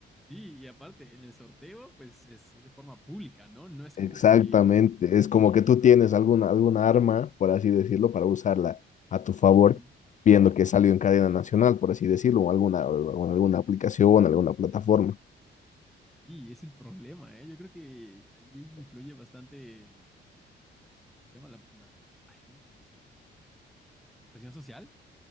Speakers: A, in the centre; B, on the left.
A: sí, y aparte, en el sorteo, pues es, es de forma pública, ¿no? No es como
B: Exactamente,
A: que...
B: es como que tú tienes alguna, alguna arma, por así decirlo, para usarla a tu favor,
A: Sí,
B: viendo que salió en cadena nacional, por así decirlo, o alguna,
A: sí,
B: o
A: sí,
B: alguna aplicación, alguna plataforma.
A: sí, es el problema, ¿eh? Yo creo que ahí influye bastante el... el- ¿Cómo se llama? La, la- Ay, ¿cómo se dice? La presión social.